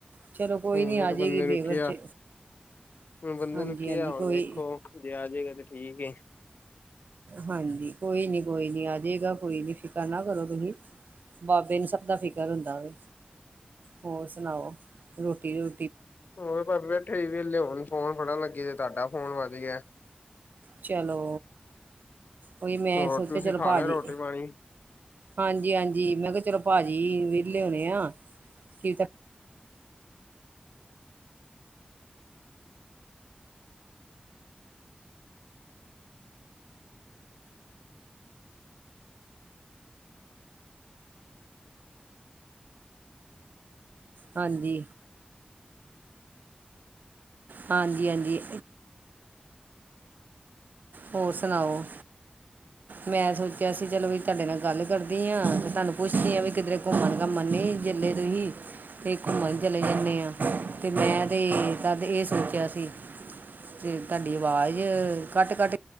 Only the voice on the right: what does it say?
ਚਲੋ ਕੋਈ
ਨਹੀਂ ਆ
ਜਾਏਗੀ
ਲੇਬਰ
'ਚ
ਹਾਂਜੀ
ਹਾਂਜੀ ਕੋਈ
ਹਾਂਜੀ ਕੋਈ ਨਹੀਂ ਕੋਈ ਨਹੀਂ ਆ ਜਾਏਗਾ ਕੋਈ ਨਹੀਂ ਫਿਕਰ ਨਾ ਕਰੋ, ਤੁਸੀਂ ਬਾਬੇ ਨੂੰ ਸਭ ਦਾ ਫਿਕਰ ਹੁੰਦਾ ਵੇ ਹੋਰ ਸੁਣਾਓ ਰੋਟੀ ਰੋ
ਚਲੋ, ਉਹੀ ਮੈਂ
ਸੋਚਿਆ
ਚਲੋ
ਭਾਜੀ
ਹਾਂਜੀ -ਹਾਂਜੀ ਮੈਂ ਕਿਹਾ ਚਲੋ ਭਾਜੀ ਵਿਹਲੇ ਹੋਣੇ ਆ ਕੀ ਕਰ ਹਾਂਜੀ, ਹਾਂਜੀ -ਹਾਂਜੀ। ਹੋਰ ਸੁਣਾਓ ਮੈਂ ਸੋਚਿਆ ਸੀ ਚਲੋ ਵੀ ਤੁਹਾਡੇ ਨਾਲ ਗੱਲ ਕਰਦੀ ਹਾਂ ਤੇ ਤੁਹਾਨੂੰ ਪੁੱਛਦੀ ਹਾਂ ਵੀ ਕਿਧਰੇ ਘੁੰਮਣ ਘਾਮਣ ਨੀ ਜੇ ਤੁਸੀ ਤੇ ਘੁੰਮਣ ਚਲੇ ਜਾਂਦੇ ਆਂ ਤੇ ਮੈਂ ਤੇ ਤ ਇਹ ਸੋਚਿਆ ਸੀ ਤੇ ਤੁਹਾਡੀ ਆਵਾਜ਼ ਕੱਟ-ਕੱਟ